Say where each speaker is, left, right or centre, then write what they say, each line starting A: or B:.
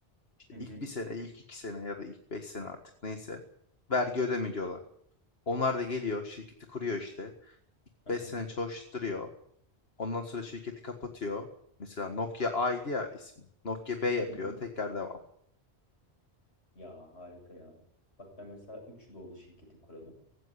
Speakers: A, on the left; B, on the left.
A: İşte
B: Hı hı.
A: ilk bir sene ilk iki sene ya da ilk beş sene artık neyse vergi ödeme diyorlar. Onlar da geliyor şirketi kuruyor işte ilk
B: Hı
A: beş
B: hı.
A: sene çalıştırıyor ondan sonra şirketi kapatıyor. Mesela Nokia A'ydı ya ismi Nokia B yapıyor
B: Hı hı.
A: tekrar devam.
B: Ya harika ya. Bak ben mesela 3 yıl oldu şirketi kuralı.